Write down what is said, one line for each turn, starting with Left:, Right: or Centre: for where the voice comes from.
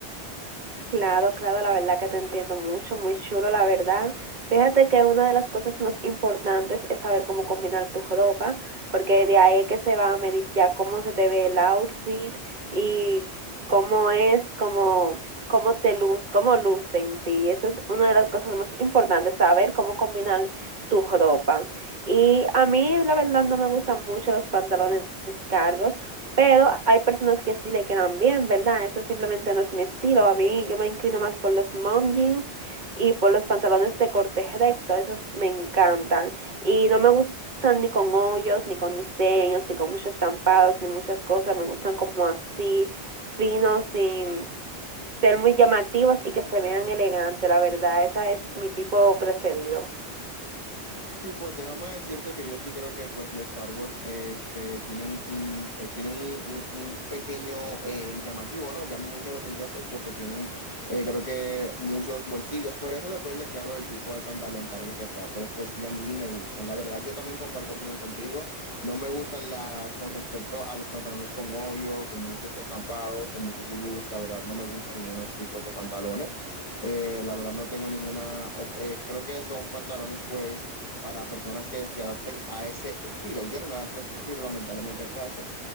Right: Claro, claro, la verdad que te entiendo mucho, muy chulo, la verdad. Fíjate que una de las cosas más importantes es saber cómo combinar tu ropa, porque de ahí es que se va a medir ya cómo se te ve el outfit y cómo es, cómo, cómo te luz, cómo luce en ti. Eso es una de las cosas más importantes, saber cómo combinar tu ropa. Y a mí, la verdad, no me gustan mucho los pantalones cargos. Pero hay personas que sí le quedan bien, ¿verdad? Eso simplemente no es mi estilo. A mí yo me inclino más por los mom jeans y por los pantalones de corte recto. Esos me encantan. Y no me gustan ni con hoyos, ni con diseños, ni con muchos estampados, ni muchas cosas. Me gustan como así, finos, sin ser muy llamativos y que se vean elegantes. La verdad, ese es mi tipo preferido.
Left: Sí, pues déjame decirte que yo sí creo que pues los cargos este, tienen un, eh, tienen un, un- un pequeño eh, llamativo, ¿no? Llama mucho la atención pues porque tienen eh, creo que muchos bolsillos, por eso depende, claro, el tipo del pantalón cargo que sea, pero pues sí a mí me gustan. La verdad, yo también comparto opinión contigo, no me gustan las con respecto a los pantalones con hoyo, con muchos estampados, con muchos dibujos, la verdad no me gustan ninguno de esos tipos de pantalones. Eh, la verdad no tengo ninguna, op- eh, creo que son pantalones pues para personas que se adapten a ese estilo. Yo no me adapto a ese estilo, lamentablemente el caso.